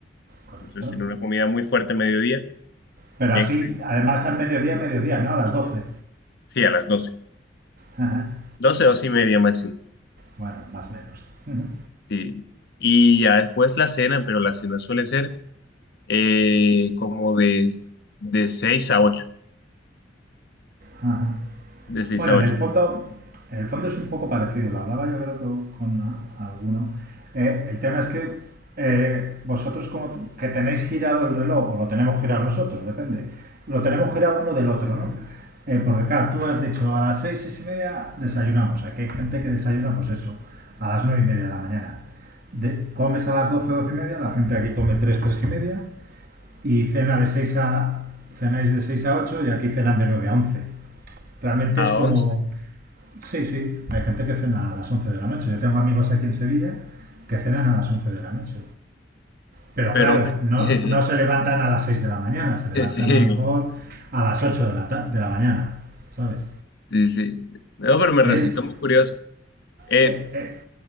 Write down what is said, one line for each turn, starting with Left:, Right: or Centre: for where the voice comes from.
Right: Correcto.
Left: Entonces tiene una comida muy fuerte a mediodía,
Right: Pero
Left: bien,
Right: así, además al mediodía, mediodía, ¿no? A las doce
Left: sí, a las doce
Right: Ajá.
Left: 12, 12 y media máximo.
Right: Bueno, más o menos. Ujú.
Left: Sí. Y ya después la cena, pero la cena suele ser eh, como de, de 6 a ocho
Right: Ajá.
Left: De 6
Right: Bueno,
Left: a
Right: en
Left: ocho
Right: el fondo, en el fondo es un poco parecido, lo hablaba yo creo con a- alguno. Eh, el tema es que eh, vosotros como que tenéis girado el reloj, o lo tenemos girado nosotros, depende, lo tenemos girado uno del otro, ¿no? Eh, porque claro, tú has dicho a las seis, seis y media desayunamos, aquí hay gente que desayuna pues eso, a las nueve y media de la mañana. De- comes a las 12 12 y media, la gente aquí come 3 3 y media y cena de 6 a, cenáis de 6 a 8 y aquí cenan de 9 a 11. Realmente
Left: A
Right: es como
Left: once
Right: Sí, sí, hay gente que cena a las 11 de la noche. Yo tengo amigos aquí en Sevilla que cenan a las 11 de la noche. Pero
Left: Pero
Right: claro, no,
Left: <laughs> sí,
Right: no se levantan a las 6 de la mañana, se levantan
Left: sí,
Right: a lo mejor a las 8 de la, ta- de la mañana, ¿sabes?
Left: sí. No, pero me resultó
Right: Es,
Left: muy curioso. Eh,
Right: eh, eh,